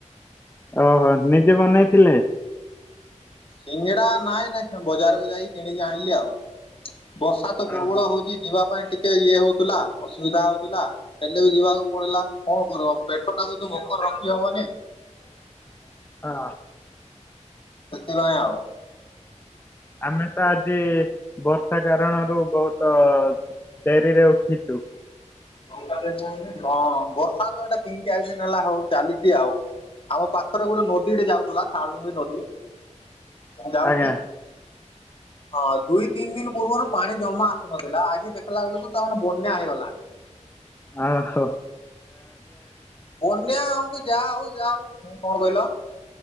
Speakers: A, on the left; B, on the left.
A: ଓ ହୋ ନିଜେ ବନେଇଥିଲେ?
B: ସିଙ୍ଗଡ଼ା ନାଇଁ ନାଇଁ ଚ ବଜାରକୁ ଯାଇ କିଣିକି ଆଣିଲି ଆଉ। ବର୍ଷା ତ ପ୍ରର୍ବଳ
A: ଓହୋ
B: ହଉଛି ଯିବା ପାଇଁ ଟିକେ ଇଏହଉଥିଲା ଅସୁବିଧା ହଉଥିଲା। ହେଲେ ବି ଯିବାକୁ ପଡିଲା। କଣ କରିବ ପେଟଟାକୁ ତ ଭୋକରେ ରଖି ହବନି।
A: ହଁ।
B: ସେଥିପାଇଁ ଆଉ।
A: ଆମେତ ଆଜି ବର୍ଷା କାରଣରୁ ବହୁତ ଡେରିରେ ଉଠିଛୁ।
B: ହଁ ବର୍ଷା ତ ଏଇଟା ତିନି ଚାରି ଦିନ ହେଲା ହଉ ଚାଲିଛି ଆଉ। ଆମ ପାଖରେ ଗୋଟେ ନଦୀଟେ ଯାଉଥିଲା ସାଳୁଙ୍ଗି ନଦୀ ଯାଉଚି।
A: ଆଜ୍ଞା
B: ହଁ ଦୁଇ ତିନି ଦିନ ପୂର୍ବରୁ ପାଣି ଜମା ଆସୁନଥିଲା ଆଜି ଦେଖିଲା ବେଳକୁ ତାମାନେ ବନ୍ୟା ହେଇଗଲା।
A: ଆ ହୋ
B: ବନ୍ୟା ହଉକି ଯା ହଉ ଯା ହଉ କଂ କଣ କହିଲ?